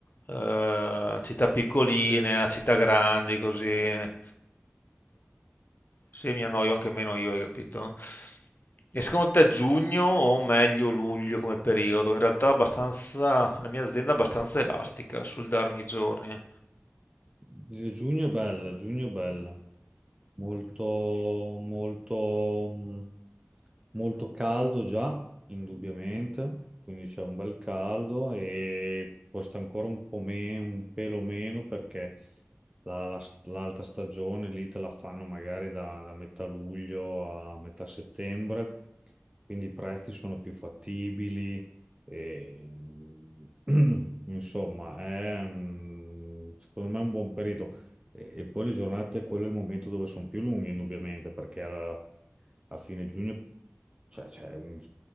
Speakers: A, on the left; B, on the right.
A: eh, città piccoline a città grandi, così eh, se mi annoio anche meno io, hai capito? E secondo te giugno o meglio luglio come periodo? In realtà abbastanza, la mia azienda è abbastanza elastica sul darmi i giorni.
B: Gi- Giugno è bella, giugno è bella. molto, molto, mh, molto caldo già, indubbiamente, quindi c'è un bel caldo e costa ancora un po' meno, un pelo meno perché la- la- l'alta stagione lì te la fanno magari da, da metà luglio a metà settembre, quindi i prezzi sono più fattibili. E, <clears throat> insomma, è, mm, secondo me è un buon periodo. E, e poi le giornate, quello è il momento dove sono più lunghe, indubbiamente, perché alla- a fine giugno cioè, c'è un-